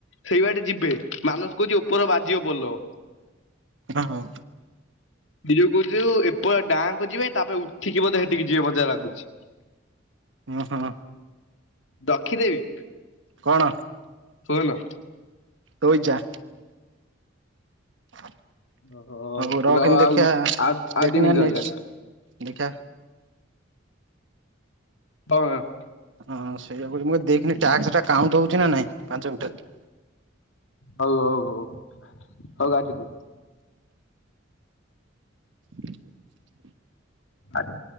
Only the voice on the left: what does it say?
ସେଇ ବାଟେ ଯିବେ ମାନସ କହୁଛି ଉପର ବାଜିିବ ପୋଲ।
ଦି ଯଉ କହୁଚୁ ଏପ ଡାଁହାକୁ ଯିବେ ତାପରେ ଉଠିକି ବୋଧେ ହେଠିକି ଯିବେ ମତେ ଜାହା ଲାଗୁଚି।
ରକ୍ଷି ଦେବୀ।
ହଉ ହେଲା।
ଓହୋ
ରହ ଆଉ
ଆଉ ଆଉ
ଦି ମିନିଟ୍
ରହିଯା ହ। <inaudible>
ହଉ ହଉ ହଉ ହଉ ଆଟି ଦେ।
ଆଟେ।